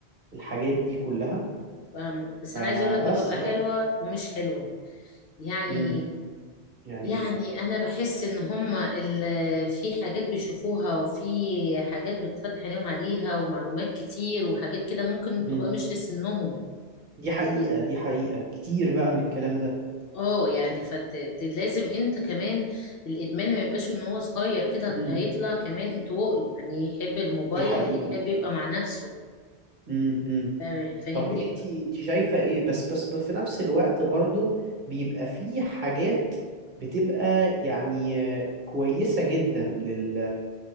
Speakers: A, on the right; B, on the left.
A: الحاجات دي كلها
B: فاهمة بس
A: فبس
B: انا عايزه اقول لك بتبقى
A: بقى
B: حلوة ومش حلوة يعني
A: امم
B: ايه
A: يعني
B: يعني انا بحس ان هما ال- في حاجات بيشوفوها وفي حاجات بتفتح عينيهم عليها ومعلومات كتير وحاجات كده ممكن
A: ايه
B: تبقى مش لسنهم
A: دي حقيقة دي حقيقة كتير بقى من الكلام ده
B: اه يعني فلازم انت كمان الادمان ما يبقاش من هو صغير كده
A: امم
B: هيطلع كمان انطوائي يعني يحب الموبايل
A: دي حقيقة
B: يحب يبقى مع نفسه
A: امم امم
B: فاهم- فاهمني
A: طب انت انت شايفة ايه بس بس بس في نفس الوقت برضو بيبقى في حاجات بتبقى يعني آه، كويسة جدا لل...